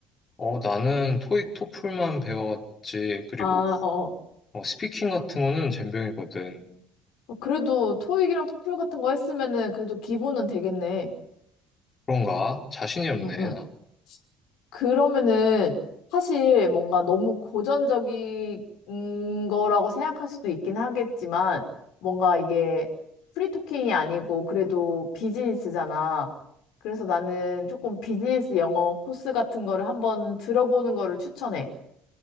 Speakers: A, on the left; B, on the left.
A: 어, 나는 토익, 토플만 배웠지. 그리고
B: 아, 어,
A: 어, 스피킹 같은 거는 젬병이거든.
B: 어. 그래도 토익이랑 토플 같은 거 했으면은 그래도 기본은 되겠네.
A: 그런가? 자신이 없네,
B: 응, 응.
A: 나.
B: 그러면은 사실 뭔가 너무 고전적인 거라고 생각할 수도 있긴 하겠지만 뭔가 이게 프리토킹이 아니고 그래도 비즈니스잖아. 그래서 나는 조금 비즈니스 영어 코스 같은 거를 한번 들어보는 거를 추천해.